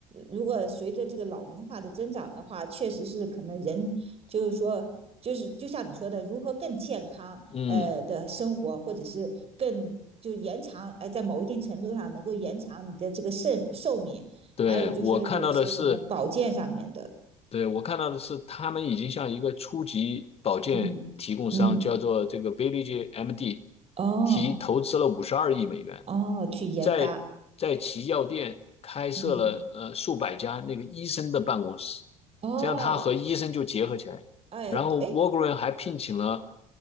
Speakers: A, on the right; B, on the left.
A: 如果随着这个老龄化的增长的话，确实是可能人就是说，就是就像你说的，如何更健康呃的生活，
B: 嗯，
A: 或者是更就延长，哎、在某一定程度上能够延长你的这个寿寿命，
B: 对，
A: 还有就是有些可能保健上面的，
B: 我看到的是，对，我看到的是，他们已经向一个初级保健提供商，
A: 嗯嗯，
B: 叫做这个 Village MD，
A: 哦
B: 提投资了五十二亿美元，
A: 哦，去研发，
B: 在在其药店开设了呃数百家那个医生的办公室，
A: 嗯哦，
B: 这样他和医生就结合起来，
A: 哎哎，
B: 然后 Walgreen 还聘请了，